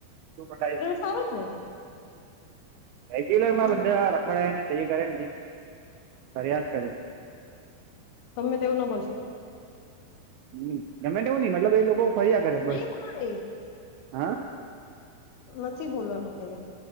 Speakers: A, on the right (about 85°); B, on the left (about 85°).
A: શું કકાય.
B: આવાવ ક્યાં
A: રેગ્યુલર માં
B: ને
A: બધા રખડાય ને તે કરે ને એ કરે ફરિયાદ કરે
B: સમમે તવું ન બો
A: હમ ગમે તે એવું નઈ મતલબ એ લોકો ફર્યા કરે
B: નહી
A: બસ
B: ભાઈ
A: હા
B: નથી બોલવાનું કોું